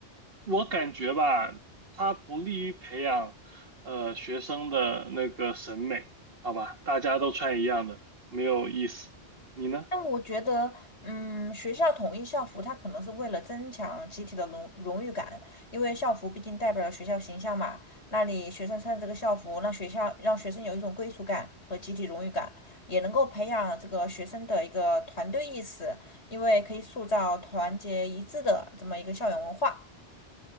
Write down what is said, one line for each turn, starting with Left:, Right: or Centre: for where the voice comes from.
Right: 我感觉吧，它不利于培养呃学生的那个审美，好吧？大家都穿一样的，没有意思。你呢？
Left: 但我觉得，嗯，学校统一校服，它可能是为了增强集体的荣荣誉感，因为校服毕竟代表了学校形象嘛。那里学生穿这个校服，让学校让学生有一种归属感和集体荣誉感，也能够培养这个学生的一个团队意识，因为可以塑造团结一致的这么一个校园文化。